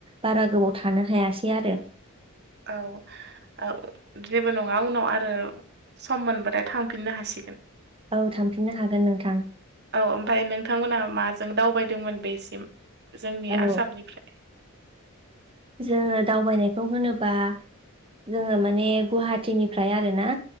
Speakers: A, on the right; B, on the right.
A: बारा गोबाव थानो हायासै आरो
B: औ औ जेबो नङा उनाव आरो सम मोनबाथाय थांफिननो हासिगोन
A: औ थांफिननो हागोन नोंथां
B: औ ओमफ्राय नोंथांमोनहा माजों दावबायदोंमोन बेसिम जोंनि
A: औ
B: आसामनिफ्राय
A: जोङो दावबायनायखौ होनोबा जोङो माने गुवाहाटीनिफ्राय आरो ना